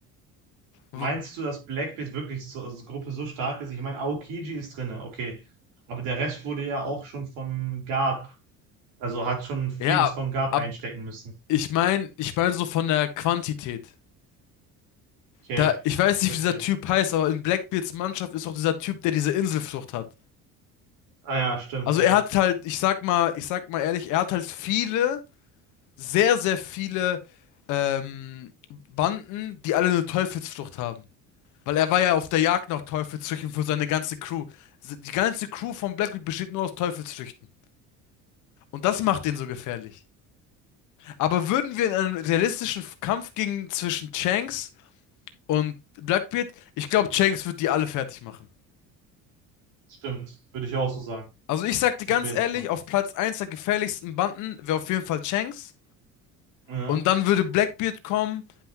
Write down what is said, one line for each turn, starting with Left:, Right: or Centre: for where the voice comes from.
Right: Meinst
Left: W-
Right: du, dass Blackbeard wirklich so als Gruppe so stark ist? Ich meine, Aokiji ist drinne, okay. Aber der Rest wurde ja auch schon von Garp Also hat schon vieles
Left: Ja,
Right: von Gab
Left: ab,
Right: einstecken müssen.
Left: ich meine, ich meine so von der Quantität.
Right: Okay,
Left: Da, ich weiß
Right: ich
Left: nicht,
Right: verstehe.
Left: wie dieser Typ heißt, aber in Blackbeards Mannschaft ist auch dieser Typ, der diese Inselflucht hat.
Right: Ah ja, stimmt,
Left: Also
Right: ja.
Left: er hat halt, ich sag mal, ich sag mal ehrlich, er hat halt viele, sehr, sehr viele ähm, Banden, die alle eine Teufelsflucht haben. Weil er war
Right: Mhm.
Left: ja auf der Jagd nach Teufelsfrüchten für seine ganze Crew. Die ganze Crew von Blackbeard besteht nur aus Teufelsfrüchten. Und das macht den so gefährlich. Aber würden wir in einem realistischen Kampf gegen zwischen Shanks und Blackbeard, ich glaube, Shanks wird die alle fertig machen.
Right: Stimmt. Würde ich auch so sagen.
Left: Also ich sag dir
Right: Auf
Left: ganz
Right: jeden
Left: ehrlich,
Right: Fall.
Left: auf Platz eins der gefährlichsten Banden wäre auf jeden Fall Shanks.
Right: Ja.
Left: Und dann würde Blackbeard kommen.